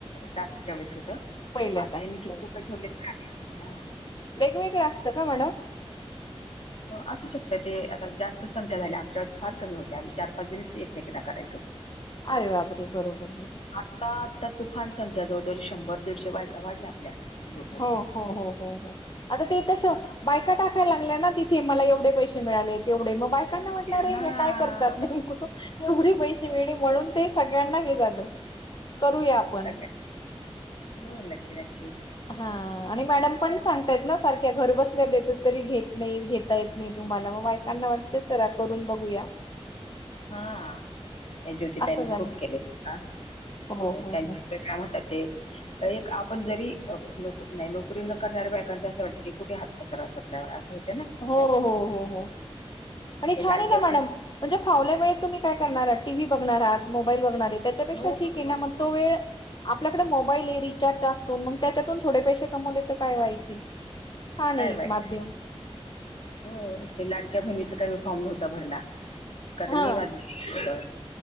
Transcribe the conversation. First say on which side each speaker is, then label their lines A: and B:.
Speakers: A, on the left (about 75°); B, on the left (about 45°).
A: टास्कच्या वेळेस होतं
B: पहिल्या
A: आता
B: टास्कच्या
A: हे मी किती रुपये ठेवले. का मा हा.
B: वेगवेगळं असतं का मॅडम
A: असू शकत ते आता जास्त संख्या झाल्या आमच्यावर फार कमी होते आम्ही चार पाच जणीच एकमेकीांना करायचो. ह
B: अरे बापरे बरोबर बरोबर
A: आता आता तुफान संख्या जवळजवळ शंभर दीडशे वय वाढल्या आपल्या ग्रुपमध्ये.
B: हो हो हो हो हो आता ते तस. बायका टाकाय लागय ना तिथे मलावे पैसे मिळाले तेवढे मग बाय कना म्हटलं
A: हा
B: रे हे काय करतात नाही कु एवढे पैसे मिळणे म्हणून ते सगळ्यांना हे झालं करूया आपण
A: सगळ्या हो नक्की नक्की.
B: हा आणि मॅडम पण सांग. आहेत ना सारख्या घर बसल्या देत तरी घेत नाही घेता येत नाही तुम्हाला मग मायकांना वाटत चला. करून बघूया.
A: हा हे ज्योतीि त्यांनी
B: असं झालं
A: खूप केले का?
B: हो
A: त्यांच्याक
B: हो हो
A: काम ते एक आपण जरी नोक नाही नोकरी न करणाऱ्या बायकांच असं वाटतं की कुठे हात. दसरा सतरा वेळा असे होते ना
B: हो हो हो हो आणि
A: ते
B: छान
A: लाडक्या
B: आहे ना मॅडम म्हणजे फव वेळ तुम्ही काय करणार आात टी व् बघणारहात. मोबाईल बघणार आहे त्याच्यापेक्षा
A: हो हो,
B: ठीक आहे ना
A: हो.
B: मग तो वे आपल्याकडे मोबाईल आहे रिचार्ज असतून मग त्याच्यातून थोडे पैसे तर काय वाईट छान
A: काय
B: आहे एक
A: वाईट
B: माध्यम.
A: हो ते लाडक्या बहिणीच कामी फॉर्म नव्हता भरला. कार
B: हा
A: नि म हो